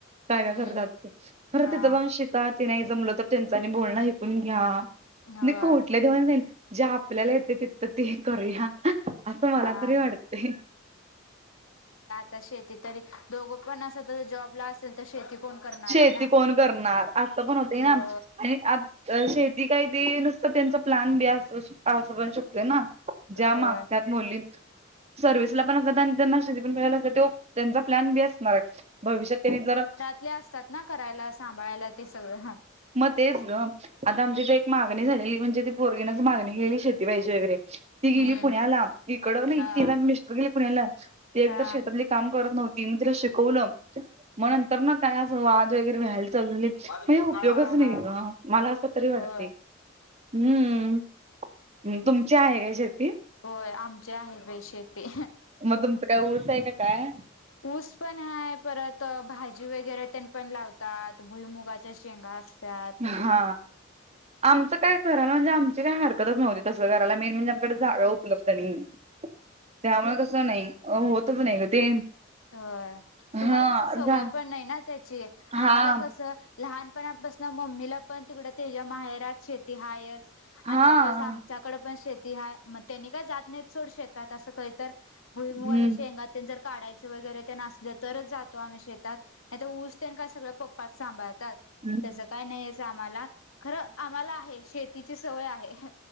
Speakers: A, on the right; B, on the left.
A: काय काय
B: हम्म
A: करतात ते, खरं
B: हा
A: तेथ जाऊन शेत ता ते नाही जमलं तर त्यांचा आणि बोलणं ऐकून घ्या.
B: होय
A: लीक खोटल्या देवानं सागि जे आपल्याला येतं. तिंथ ते करूया. असं मला
B: हा
A: तरी वाटते‌
B: त्या शेती तरी दोघं पण अस तरी जॉबला असेल तर शेती कोण करणार
A: शेती
B: आहे ना
A: कोण करणार. असं पण होतय
B: हो
A: ना, आ शेती काय ती नुसतं त्यांचा प्लॅन बी असू असू पण शकते ना,
B: हो
A: ज्या मागतात मुलीच, सर्व्हिसला पण असतात. आणि त्यांना शेती पण करायला लावतात. तो त्यांचा प्लॅन बी अस मराठ भविष्यात त्यांनी जरा
B: हे असतात ना, करायला, सांभाळायला ते सगळं ह
A: म तेच गं. आता आमच्या इथ एक मागणी झालेली. म्हणजे ती पोरगीनच मागणी केली शेती पाहिजे वगैरे ती
B: हम्म
A: गेली पुण्याला. इकड
B: हा
A: न
B: हा.
A: तिन मिस्टरले पण नेलन एकतर
B: हम्म
A: शेतातली काम करत नव्हती. मग तिला शिकवलं. मग नंतर ना काय असं वाद वगैरे व्याहालतं अजून लई <unintelligible>
B: हा
A: उपयोगच
B: हा
A: नाही ग. मला असं तरी वाटते.
B: होय
A: हम्म, तुमची आहे काय शेती?
B: होय. आमचे आहे बाई शेती.
A: मग तुमचं काय ऊस आहे काय?
B: ऊस पण हाय. परत भाजी वगैरे त्यांन पण लावतात. भुईमुगाच्या शेंगा अस सात
A: हा... आमचं काय घराला म्हणजे आमची काय हरकतच नव्हती. तसं घराला मेन म्हणजे आमच्याकडे जागा उपलब्ध नाही.
B: <inaudible>
A: त्यामुळं कसं नाही. होतच नाही ग ते.
B: होय
A: हा
B: तुम्हाला कसं सवय
A: झा
B: पण नाही ना त्याची.
A: हा
B: आम्हाला कसं लहानपणापासनं मम्मीला पण तिकडं त्याच्या माहेरात शेती हायच आणि
A: हा
B: प्लस आम त्याच्याकडं पण शेती हाय, मग त्यांनी काय जात नाही सोड शेतात असं काधीतर भुईमुगाच्या
A: हम्म
B: शेंगा ते जर काडायचं वगैरे तेन असलं तरच जातो आम्ही शेतात, नाही तर ऊस तेन का सगळं पप्पाच सांभाळतात
A: हम्.
B: तसं काही नाही हेजं आम्हाला, खरं आम्हाला आहे शेतीची सवय आहे.